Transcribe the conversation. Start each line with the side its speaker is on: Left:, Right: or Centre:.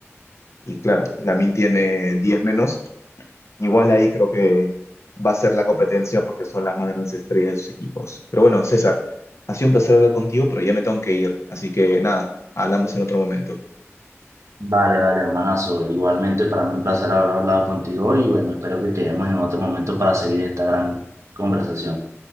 Left: y claro, Lamine tiene 10 menos. Igual ahí creo que va a ser la competencia porque son las más grandes estrellas de sus equipos. Pero bueno, César, ha sido un placer hablar contigo, pero ya me tengo que ir, así que nada, hablamos en otro momento.
Right: Vale, vale, hermanazo. Igualmente para mí un placer haber hablado contigo hoy y bueno, espero que quedemos en otro momento para seguir esta gran conversación.